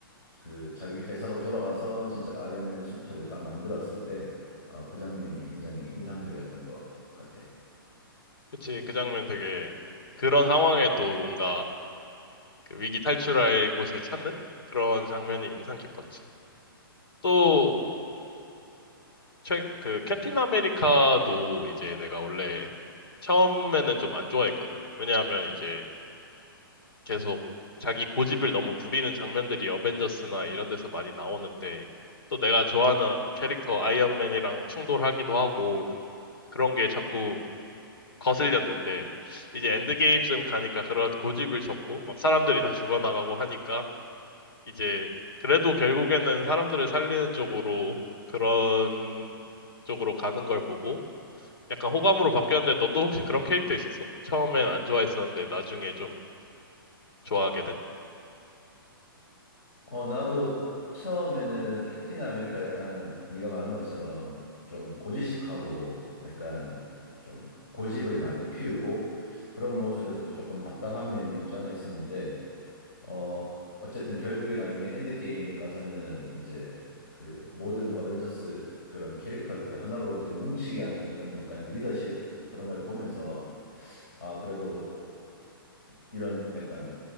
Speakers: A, on the left; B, on the left.
A: 그 자기 회사로 돌아가서 진짜 아이언맨 수트를 딱 만들었을 때, 어, 그 장면이 굉장히 인상적이었던 것 같아.
B: 그치. 그 장면 되게 그런 상황에도 뭔가 그 위기 탈출할 곳을 찾는 그런 장면이 인상 깊었지. 또, 최, 그 캡틴 아메리카도 이제 내가 원래 처음에는 좀 안 좋아했거든. 왜냐하면 이제 계속 자기 고집을 너무 부리는 장면들이 어벤져스나 이런 데서 많이 나오는데 또 내가 좋아하는 캐릭터 아이언맨이랑 충돌하기도 하고 그런 게 자꾸 거슬렸는데 이제 엔드게임쯤 가니까 그런 고집을 접고 막 사람들이 다 죽어나가고 하니까 이제 그래도 결국에는 사람들을 살리는 쪽으로 그런 쪽으로 가는 걸 보고 약간 호감으로 바뀌었는데 너도 혹시 그런 캐릭터 있었어? 처음엔 안 좋아했었는데 나중에 좀 좋아하게 된?
A: 어, 나도 처음에는 캡틴 아메리카 약간 네가 말한 것처럼 좀 고지식하고 약간 좀 고집을 많이 피우고 그런 모습에서 이제 조금 답답한 면이 없지 않아 있었는데 어, 어쨌든 결국에 나중에 엔드게임 가서는 이제 그 모든 어벤져스 그런 캐릭터들을 하나로 이제 뭉치게 하는 그런 약간 리더십 그런 걸 보면서 아, 그래도 이런 약간